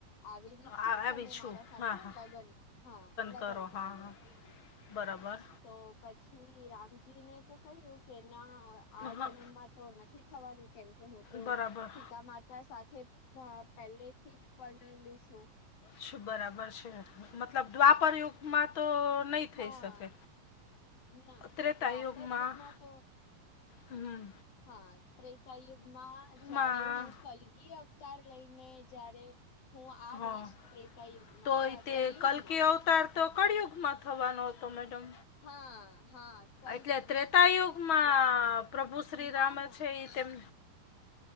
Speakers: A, on the left; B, on the left.
A: આવેલી છું
B: આ-
A: તમે
B: આવી છું
A: મારા સાથે
B: હા હા
A: લગ્ન હા લગ્ન
B: કરો
A: કરી
B: હા હા
A: લેઓ.
B: બરાબર
A: હા, તો પછી રામજીને તો કહ્યું કે એના આ
B: હા
A: જન્મ માં તો નથી થવાનું કેમ કે હું તો
B: બરાબર
A: સીતામાં તે સાથે પહેલેથી જ પરણે લીશું
B: શું બરાબર છે. મતલબ દ્વાપરયોગમાં તો નહી થઈ
A: હા
B: શકે
A: ના
B: ત્રેતા
A: દ્વાપર
B: યુગમાં
A: તો
B: હમ્મ.
A: હા, ત્રેતા યુગમાં જયારે
B: માં
A: હું કલગી અવ તાર લઈને જયારે હું આવીશ
B: હા
A: ત્રેતાયુગમાં
B: તોય
A: અહ
B: તે
A: કલયુગમાં
B: કલકી અવતાર તો કળ યુગમાં થવાનો હતો મેડમ
A: હા, હા. કળિયુગમાં
B: એટલે ત્રેતાયુગમાં
A: જ
B: પ્રભુ શ્રીરામે
A: ના ના
B: છે, એ તેમ